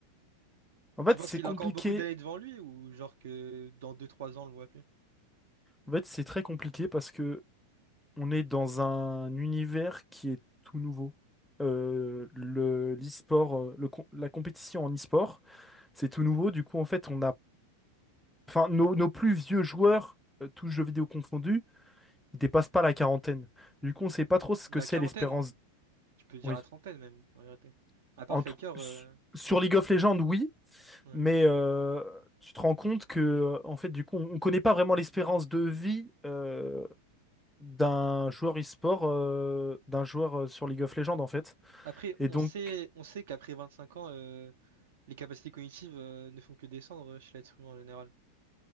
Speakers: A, in the centre; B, on the right (about 55°).
A: En fait,
B: Tu penses
A: c'est
B: qu'il
A: compliqué.
B: a encore beaucoup d'années devant lui ou genre que dans deux trois ans, on le voit appeler?
A: En fait, c'est très compliqué parce que on est dans un univers qui est tout nouveau. Euh, le l'e-sport, euh, le com- la compétition en e-sport, c'est tout nouveau. Du coup, en fait, on a, enfin, nos, nos plus vieux joueurs, euh, tous jeux vidéo confondus. Ils dépassent pas la quarantaine. Du coup, on sait pas trop ce
B: La
A: que c'est
B: quarantaine,
A: l'espérance.
B: tu peux dire
A: Oui.
B: la trentaine même, en vérité. À part
A: En
B: Faker,
A: tout... s-
B: euh,
A: Sur League of Legends, oui,
B: ouais.
A: mais euh, tu te rends compte que, euh, en fait, du coup, on, on connaît pas vraiment l'espérance de vie euh, d'un joueur e-sport, euh, d'un joueur euh, sur League of Legends, en fait.
B: Après,
A: Et
B: on
A: donc,
B: sait, on sait qu'après 25 ans, euh, les capacités cognitives, euh, ne font que descendre chez l'être humain en général.